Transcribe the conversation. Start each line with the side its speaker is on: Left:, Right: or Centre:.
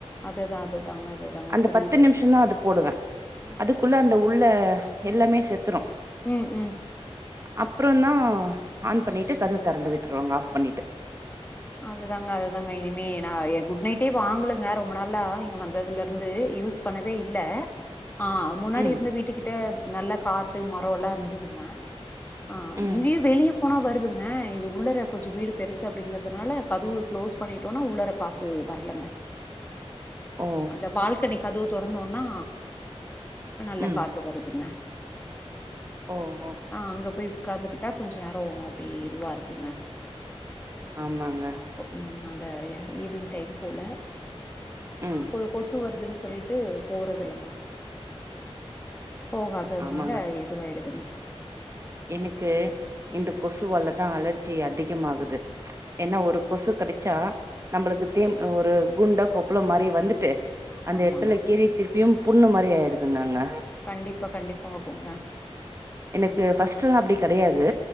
Left: அதுதா அதுதாங்க அதுதாங்க
Right: அந்த
Left: புரியுது
Right: பத்து நிமிஷந்தா அது போடுவ
Left: ம்
Right: அதுக்குள்ள
Left: ம்
Right: அந் இந்த உள்ள எல்லாமே செத்துரு
Left: ம் ம்
Right: அப்புறந்தா ஆன் பண்ணிட்டு
Left: ம்
Right: கதவு தெறந்து விட்டுருவாங்க ஆஃப் பண்ணிட்டு
Left: அதுதாங்க அதுதாங்க இனிமே நா குட் நைட்டே வாங்கலங்க ரொம்ப நாளா இங்க வந்ததுல இருந்து யூஸ் பண்ணவே இல்ல ஆ முன்னாடி
Right: ம்
Left: இருந்து வீட்டுக்கிட்ட நல்ல காத் து மரோல்லா இருந்துதுங்க ஆ
Right: ம்
Left: இங்கியு வெளிய போனா வருதுங்க இது உள்ளர கொஞ்ச வீடு பெருசு அப்டிங்கற துனால கதுவு க்ளோஸ் பண்ணிட்டோன்னா உள்ளார காத்து வர்லங்க
Right: ஓ
Left: அந்த பால்கனி கதுவு தொறந்தோன்னா ஆ நல்லா
Right: ம்
Left: காத்து வருதுங்க
Right: ஓஹோ
Left: ஆ அங்க போய் உக்காந்துக்கிட்டா கொஞ்ச நேர அப்டி இதுவா இருக்குங்க
Right: ஆமாங்க
Left: நல்லாருக்கு ம் அந்த ஈவினிங் டைம் போல நா
Right: ம்
Left: கொ கொசு வருதுன்னு சொல்லிட்டு போறதுல்லங்க போகாது அதுனால
Right: ஆமாங்க
Left: இதுவாயிடுதுங்க
Right: எனக்கு
Left: ம்
Right: இந்த கொஸ் கொசுவாலதா அலர்ஜி அதிகமாகுது ஏன்னா ஒரு கொசு கெடச்சா நம்பளுக்கு தேம் ஆ ஒரு குண்டா கொப்பளம் மாரி வந்துட்டு
Left: ஆமா
Right: அந்த
Left: ஆமாங்க
Right: எடத்துல கீறி திருப்பியும் புண்ணு மாரி ஆயிடுதுங்க அங்க
Left: கண்டிப்பா கண்டிப்பா ஆகுங்க
Right: இது ஃபஸ்ட் எல்லா அப்டி கெடையாது